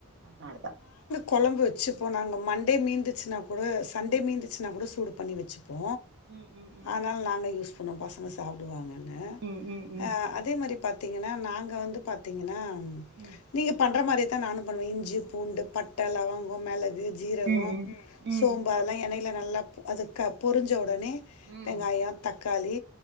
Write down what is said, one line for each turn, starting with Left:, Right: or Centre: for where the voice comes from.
Right: அதனாலதா
Left: கொழம்பு வெச்சுப்போ நாங்க மண்டே மீந்துச்சுன்னா கூட சண்டே மீந்துச்சுன்னா கூட சூடு பண்ணி வெச்சுப் போ
Right: ம் ம் ம்
Left: அதனால நாங்க யூஸ் இப்ப நம் பசங்க சாப்புடுவாங்க னு
Right: ம் ம் ம்
Left: அ அதே மாரி பாத் பாத்தீங்கன்னா நாங்க வந்து பாத்தீங்கன்னா
Right: ம்
Left: நீங்க பண்ற மாரியே தா நானு பண்ணுவ இஞ்சி பூண்டு பட்ட லவங்கோ மெளக் கு ஜீரகோ
Right: ம் ம்
Left: சோம்பு
Right: ம்
Left: அதெல்லா எண்ணெய் யில நல்லாப் அது கப் பொருஞ்ச ஒட் ஒடனே
Right: ம்
Left: வெங்காயோ தக் தக்காளி